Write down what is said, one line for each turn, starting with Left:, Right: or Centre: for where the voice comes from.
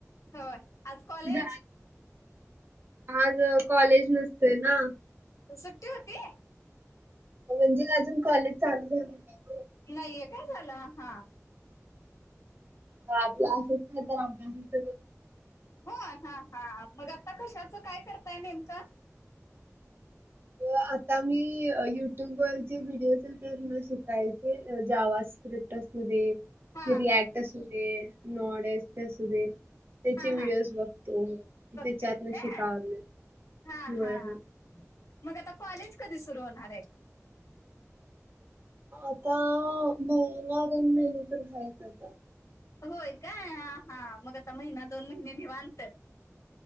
Left: हो आज कॉलेज
Right: झा आज कॉलेज नसतय ना
Left: सुट्टीवरती
Right: म्हणजे अजून कॉलेज चालू झाले नाही. ओ.
Left: नाहीये काय झालं हा
Right: हा क्लासेच नाही तर अभ्यास
Left: व्हय हा हा मग आता कशाचं काय करताय नेमकं?
Right: तर आता मी युट्युब वर जे व्हिडिओ येतात ना शिकायचे जावा स्क्रिप्ट असू दे
Left: हा
Right: रियक्ट असू दे नॉलेजचे असु दे त्याचे
Left: हा
Right: व्हिडिओज
Left: हा
Right: बघतो
Left: बघतेस
Right: त्याच्यातन
Left: काय
Right: शिकाय लागलोय
Left: हा हा
Right: व्हय व्हय
Left: मग आता कॉलेज कधी सुरू होणार आहे.
Right: आता महिना दोन महिने तर व्हायचं आता
Left: होय काय हा हा मग आता महिना दोन महिनेनी निवांत.